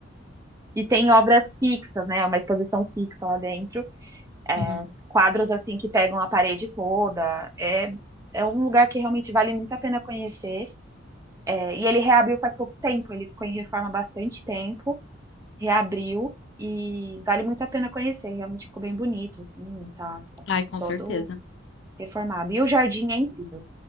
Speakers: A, on the right; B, on the left.
A: E tem obras fixas, né? Uma exposição fixa lá dentro. É,
B: Uhum.
A: quadros, assim, que pegam a parede toda. É, é um lugar que realmente vale muito a pena conhecer. É, e ele reabriu faz pouco tempo. Ele ficou em reforma há bastante tempo. reabriu e vale muito a pena conhecer. Realmente ficou bem bonito, assim, tá, tá
B: Ai, com
A: todo
B: certeza.
A: reformado. E o jardim é incrível,